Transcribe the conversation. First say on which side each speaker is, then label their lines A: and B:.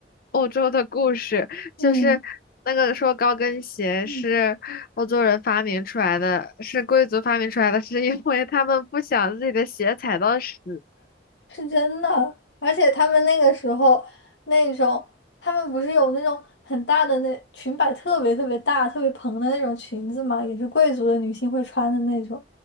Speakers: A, on the left (about 55°); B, on the left (about 85°).
A: 欧洲的故事，就是那个说高跟鞋是欧洲人发明出来的，
B: 嗯嗯。
A: 是贵族发明出来的，是因为他们不想自己的鞋踩到屎。
B: 是真的，而且他们那个时候那种，他们不是有那种很大的那裙摆，特别特别大、特别蓬的那种裙子嘛，也是贵族的女性会穿的那种。